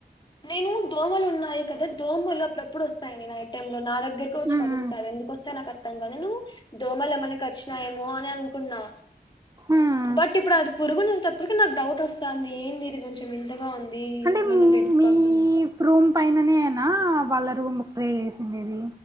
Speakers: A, on the left; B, on the right.
A: నేను దోమలు ఉన్నాయి కదా దోమలు అప్పుడప్పుడు వస్తాయి అండీ నైట్ టైమ్ లో నా దగ్గరకు వచ్చి
B: ఉమ్
A: కరుస్తాయి అవి ఎందుకోస్తాయో నాకు అర్థం కాని నేను దోమలు ఏమన్నా కరిచినాయేమో అని అనుకున్నా
B: ఉమ్
A: బట్ ఇప్పుడు అది పురుగునేసేటప్పటికి నాకు డౌట్ వస్తుంది ఏంది ఇది కొంచెం వింతగా ఉంది
B: అంటే
A: ఏమన్నా బెడ్
B: మీ
A: బగ్ అని
B: రూమ్ పైననే ఆ వాళ్ళ రూమ్ స్ప్రే చేసిండేది